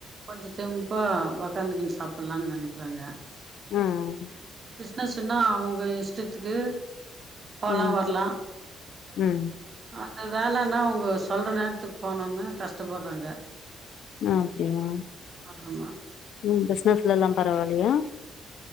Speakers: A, on the right; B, on the left.
A: கொஞ்சம் தெம்பா உடக்காந்துக்குன்னு சாப்லாம்னு நினைக்கிறாங்க
B: உம்
A: பிசினஸ்ன்னா அவுங்க இஷ்டத்துக்கு போலா
B: ம்
A: வரலாம்
B: ம்
A: அந்த வேலன்னா அவுங்க சொல்ற நேரத்துக்கு போனும்னு கஷ்டப்படுறாங்க
B: அப்டியா
A: ஆமா
B: ம் பிஸ்னஸ்லல்லா பரவால்லையா